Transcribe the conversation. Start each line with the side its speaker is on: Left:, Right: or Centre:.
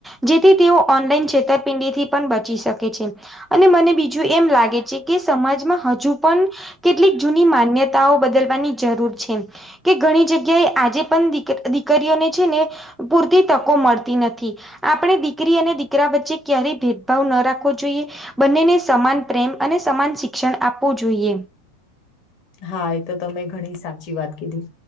Centre: જેથી તેઓ ઓનલાઈન છેતરપિંડીથી પણ બચી શકે છે. અને મને બીજું એમ લાગે છે કે સમાજમાં હ જુ પન કેટલીક જૂની માન્યતાઓ બદલવાની જરૂર છે. કે ઘણી જગ્યાએ આજે પણ દીક દીકરીઓને છેને પૂરતી તકો મળતી નથી. આપણે દીકરી અને દીકરા વચ્ચે ક્યારેય ભેદભાવ ન રાખવો જોઈએ. બંનેને સમાન પ્રેમ અને સમાન શિક્ષણ આપવું જોઈએ.
Left: હા, એ તો તમે ઘણી સાચી વાત કીધી.